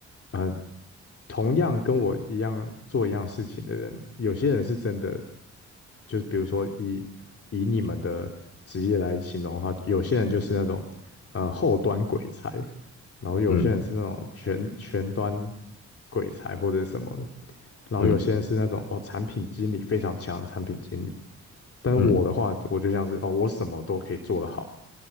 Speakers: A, on the left (about 50°); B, on the left (about 70°).
A: 呃同样跟我一样做一样事情的人，有些人是真的，就是比如说以以你们的职业来形容的话，有些人就是那种呃后端鬼才，然后有些人是那种全前端
B: 嗯
A: 鬼才或者什么的，然后有些人是那种哦产品经理非常强的产品经理，
B: 嗯
A: 但是我的话，
B: 嗯，
A: 我就像是哦我什么都可以做得好，